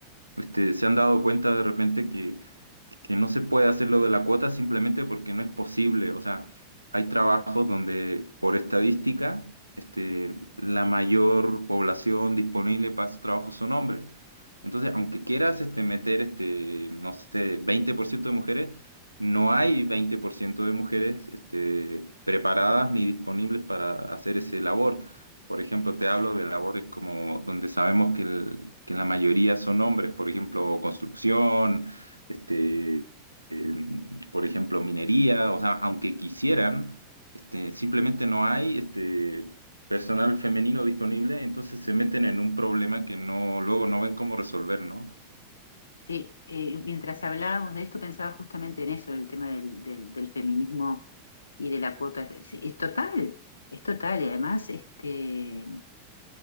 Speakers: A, on the right (about 90°); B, on the left (about 75°).
A: este, se han dado cuenta de repente que no se puede hacer lo de la cuota simplemente porque no es posible. O sea, hay trabajos donde por estadística, este, la mayor población disponible para esos trabajos son hombres. Entonces, aunque quieras este, meter, este, no sé, 20% de mujeres, no hay 20% de mujeres este, preparadas ni disponibles para hacer ese labor. Por ejemplo, te hablo de labores como donde sabemos que, el- que la mayoría son hombres, por ejemplo, construcción, este, eh, por ejemplo, minería, o sea, aunque quisieran, este, simplemente no hay este, personal femenino disponible, entonces se meten en un problema que no, luego no ven cómo resolver, ¿no?
B: eh, mientras hablábamos de esto pensaba justamente en eso, en el tema del, del- del feminismo y de la cuota. Es, es total, es total. Y además, este,